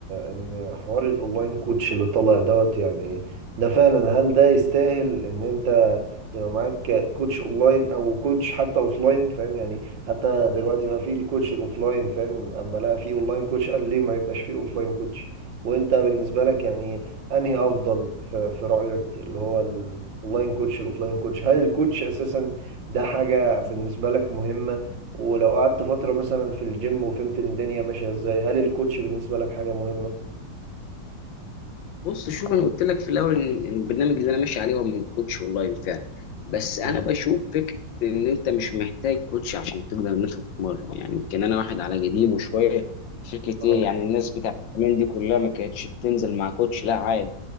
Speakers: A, on the right; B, on the left.
A: ان حوار الاونلاين كوتش اللي طالع دوت يعني ده فعلا هل ده يستاهل ان انت يبقى معاك كوتش اونلاين او كوتش حتى اوفلاين فاهم يعني حتى دلوقتي بقى في الكوتش الاوفلاين فاهم اما لقى في اونلاين كوتش قال ليه ما يبقاش في اوفلاين كوتش وانت بالنسبة لك يعني انهي افضل في, في رأيك اللي هو الاونلاين كوتش الاوفلاين كوتش هل الكوتش اساسا ده حاجة بالنسبة لك مهمة ولو قعدت فترة مثلا في الجيم وفهمت إن الدنيا ماشية ازاي هل الكوتش بالنسبة لك حاجة مهمة؟
B: بص شوف انا قلت لك في الاول ان إن البرنامج اللي انا ماشي عليه هو من كوتش اونلاين فعلا بس انا
A: مم.
B: بشوف فكره ان انت مش محتاج كوتش عشان تقدر ان انت تتمرن يعني يمكن انا واحد على قديمه شويه فكره
A: اه
B: ايه يعني الناس بتاعت زمان دي كلها ما كانتش بتنزل مع كوتش لا عادي